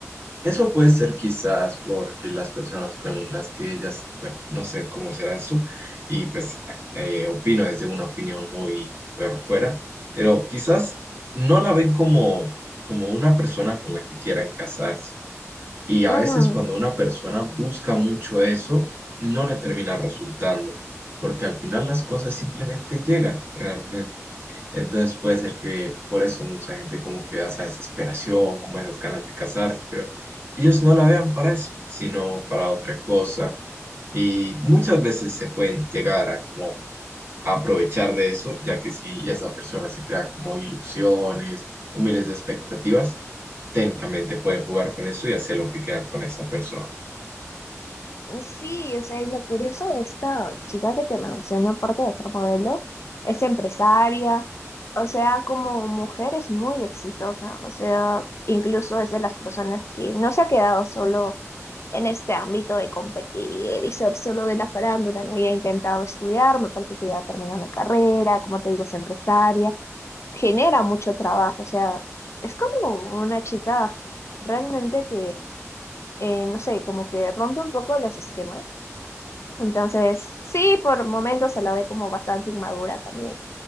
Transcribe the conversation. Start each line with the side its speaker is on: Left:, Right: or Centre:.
Right: eso puede ser quizás porque las personas con las que ellas, bueno, no sé cómo será eso, y pues eh, opino desde una opinión muy por fuera, pero quizás no la ven como, como una persona con la que quieran casarse. Y a
Left: ujú,
Right: veces cuando una persona busca mucho eso, no le termina resultando, porque al final las cosas simplemente llegan realmente. Entonces puede ser que por eso mucha gente como que vea esa desesperación, como esas ganas de casarse, pero ellos no la vean para eso, sino para otra cosa. Y muchas veces se pueden llegar a como aprovechar de eso, ya que si esa persona se crea como ilusiones o miles de expectativas, técnicamente pueden jugar con eso y hacer lo que quieran con esa persona.
Left: sí, o sea, y lo curioso de esta chica que te menciono, aparte de ser modelo, es empresaria, o sea, como mujer es muy exitosa, o sea, incluso es de las personas que no se ha quedado solo en este ámbito de competir y ser solo de la farándula. No había intentado estudiar, me parece que ya terminó una carrera, como te digo, es empresaria, genera mucho trabajo, o sea, es como una chica realmente que, eh, no sé, como que rompe un poco los esquemas. Entonces, sí, por momentos se la ve como bastante inmadura también.